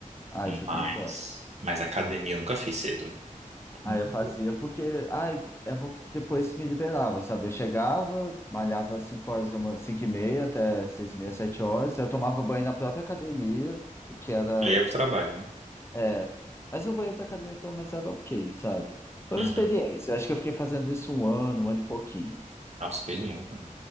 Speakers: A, on the left; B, on the right.
A: Ah, isso eu
B: mas,
A: também gosto.
B: mas academia eu nunca fiz cedo. Nunca
A: Ah, eu fazia porque, ah, é bom que depois me liberava, sabe? Eu chegava, malhava 5 horas da manhã, 5 e meia até 6 e meia, 7 horas. Eu tomava banho na própria academia, o que era
B: Eu ia pro trabalho, né?
A: É, mas o banheiro da academia pelo menos era ok, sabe? Foi
B: Uhum.
A: uma experiência. Eu acho que eu fiquei fazendo isso um ano, um ano e pouquinho.
B: Nossa, fez muito. né?